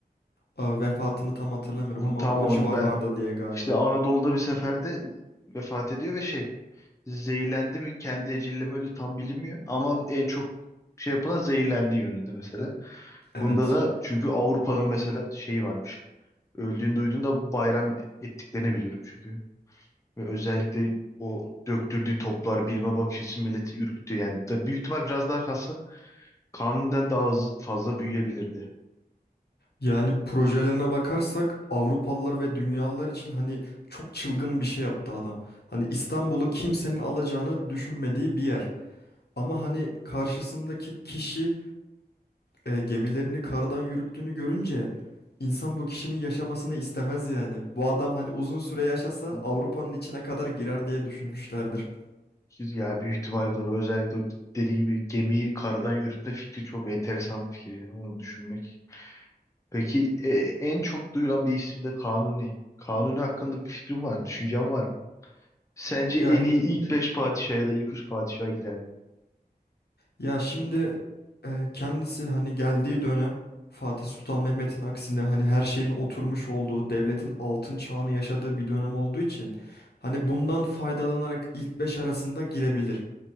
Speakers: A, on the left; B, on the left.
A: Aa, Vefatını tam hatırlamıyorum ama
B: Tam
A: o
B: onu
A: civarlarda
B: ben
A: diye galiba.
B: işte Anadolu'da bir seferde vefat ediyor ve şey zehirlendi mi kendi eceliyle mi öldü tam bilinmiyor ama en çok şey yapılan zehirlendiği yönünde mesela.
A: Evet.
B: Bunda da çünkü Avrupa'nın mesela şeyi varmış. Öldüğünü duyduğunda bayram ettiklerini biliyorum çünkü. Ve özellikle o döktürdüğü toplar bilme bakış açısı milleti ürktü yani. Da büyük ihtimal biraz daha kalsa Kanuni'den daha hızlı fazla büyüyebilirdi.
A: Yani projelerine
B: Tamam.
A: bakarsak Avrupalılar ve dünyalılar için hani çok çılgın bir şey yaptı adam. Hani İstanbul'u kimsenin alacağını düşünmediği bir yer. Ama hani karşısındaki kişi e, gemilerini kardan yürüttüğünü görünce insan bu kişinin yaşamasını istemez yani. Bu adam hani uzun süre yaşasa
B: Hı.
A: Avrupa'nın içine kadar girer diye düşünmüşlerdir.
B: Ya büyük ihtimal doğru. Özellikle o dediğim gibi gemiyi karadan yürütme fikri çok enteresan bir fikir yani onu düşünmek. Peki e, en çok duyulan bir isim de Kanuni. Kanuni hakkında bir fikrin var, düşüncen var mı? Sence
A: Ya
B: en iyi ilk 5 padişah ya da ilk 3 padişaha girer mi?
A: ya şimdi e, kendisi hani geldiği dönem Fatih Sultan Mehmet'in aksine hani her şeyin oturmuş olduğu, devletin altın çağını yaşadığı bir dönem olduğu için hani bundan faydalanarak ilk beş arasında girebilir.